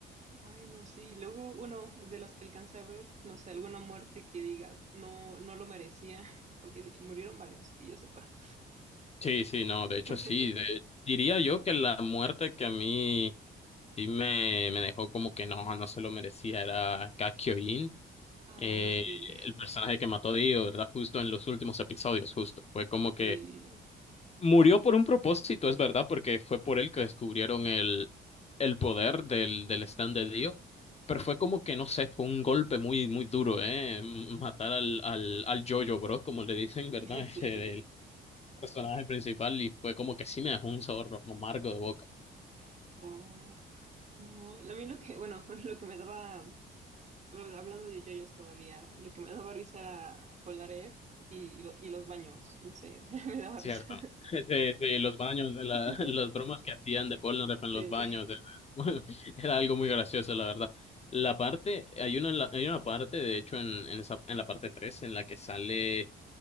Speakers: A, on the right (about 35°); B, on the left (about 30°).
A: Ay, no, sí. Luego, uno de los que alcancé a ver, no sé, alguna muerte que digas, no, no lo merecía, <laughs> porque murieron varios, que yo sepa.
B: Sí, sí, no,
A: <laughs>
B: de hecho sí. de- diría yo que la muerte que a mí sí me, me dejó como que no, no se lo merecía era Kakyoin,
A: Ay,
B: eh,
A: sí,
B: el personaje que mató a Dio, ¿verdad? Justo en los últimos episodios, justo. Fue como que
A: sí,
B: Murió por un propósito, es verdad, porque fue por él que descubrieron el, el poder del, del stand de Dio, pero fue como que, no sé, fue un golpe muy, muy duro, ¿eh? Matar al, al, al Jojo, bro, como le dicen, ¿verdad?
A: <laughs> sí.
B: <laughs> El personaje principal, y fue como que sí me dejó un sabor amargo de boca.
A: No, no. A mí lo que, bueno, <laughs> lo que me daba, hablo- hablando de yoyos todavía, lo que me daba risa era Polnareff y, lo- y los baños, no sé, <laughs> me daba
B: Cierto.
A: risa.
B: <laughs> Sí, sí, los baños, la-
A: <laughs>
B: <laughs> las bromas que hacían de Polnareff en
A: Sí.
B: los baños, era, <laughs> era algo muy gracioso, la verdad. La parte, hay una, en la- hay una parte, de hecho, en, en, esa, en la parte 3 en la que sale,